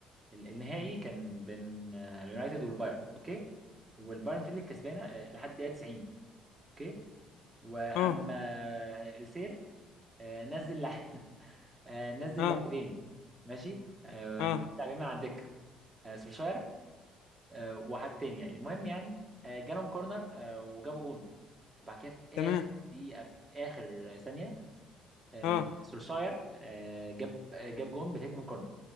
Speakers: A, on the right; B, on the left.
A: ال- النهائي كان بين آه، اليونايتد والبايرن اوكي والبايرن فيل الكسبانه آه، لحد دقيقه 90 اوكي واما
B: اه
A: آه، السير آه، نزل لع- <laughs> آه، نزل
B: اه
A: لاعبين ماشي آه،
B: اه
A: نزل لاعبين من على الدكه آه، سولشاير آه، وحد تاني يعني المهم يعني آه، جالهم كورنر آه، وجابوا جون وبعد كده في
B: تمام
A: اخر دقيقه في اخر ثانيه آه،
B: اه
A: سولشاير آه، جاب آه، جاب جون بالهيد من كورنر